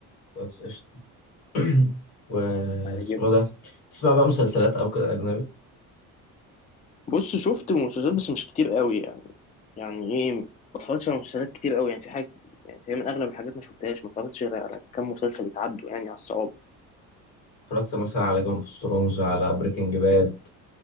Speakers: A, on the left (about 80°); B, on the left (about 20°).
A: بس قشطة <clears throat> واسمه
B: هيعجبك
A: ده تسمع بقى مسلسلات أو كده أجنبي
B: بص شفت مسلسلات بس مش كتير قوي يعني يعني ايه ما اتفرجتش على مسلسلات كتير قوي يعني في حاجه يعني في من اغلب الحاجات ما شفتهاش ما اتفرجتش غير على كام مسلسل يتعدوا يعني على الصوابع
A: اتفرجت مثلا على جيم اوف ثرونز على بريكنج باد